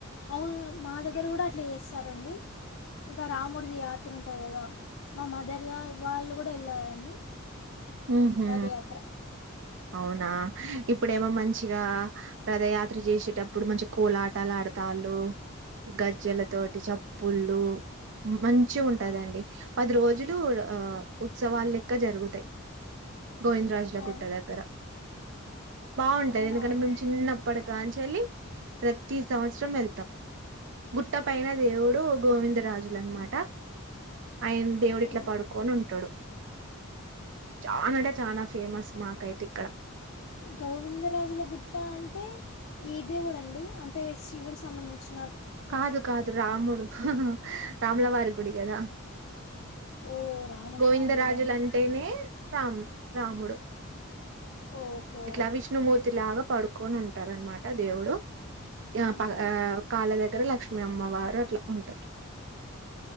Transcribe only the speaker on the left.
అవును మా దగ్గర కూడా అట్లే చేస్తారండి ఇంకా రామూడిది యాత్ర ఉంటధి కదా మా మదర్ వాళ్ళు కూడా వెళ్ళారండి
రథయాత్ర
అవును
అవునా
అండి
ఓ.
గోవిందరాజుల గుట్ట అంటే ఏ దేవుడు అండీ అంటే శివుడు సంబంధించిన
ఓ రాములవా
ఎవడే అంటే
ఓహో
ఉమ్.